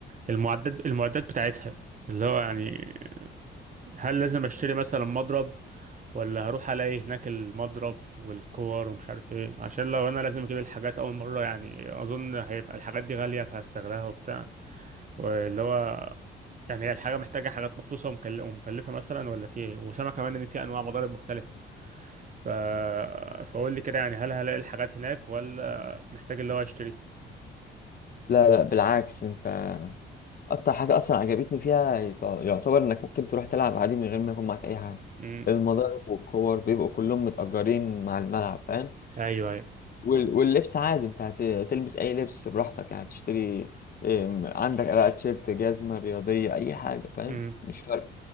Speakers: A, on the right; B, on the left.
A: المعدات المعدات بتاعتها اللي هو يعني هل لازم اشتري مثلا مضرب ولا هروح الاقي هناك المضرب والكور ومش عارف ايه عشان لو انا لازم اجيب الحاجات اول مره يعني اظن هيبقى الحاجات دي غاليه فهستغلها وبتاع واللي هو يعني هي الحاجه محتاجه حاجات مخصوصه ومكل- ومكلفه مثلا ولا في ايه وسامع كمان ان في انواع مضارب مختلفه ف فقول لي كده يعني هل هلاقي الحاجات هناك ولا محتاج اللي هو اشتري
B: لا لا بالعكس انت اكتر حاجه اصلا عجبتني فيها يط- يعتبر انك ممكن تروح تلعب عادي من غير ما يكون معاك اي حاجه
A: امم
B: المضارب والكور بيبقوا كلهم متأجرين مع الملعب فاهم
A: ايوه ايوه
B: وال- واللبس عادي انت هت- هتلبس اي لبس براحتك يعني تشتري ام، عندك بقى تيشيرت جزمه رياضيه اي حاجه فاهم
A: امم
B: مش فارق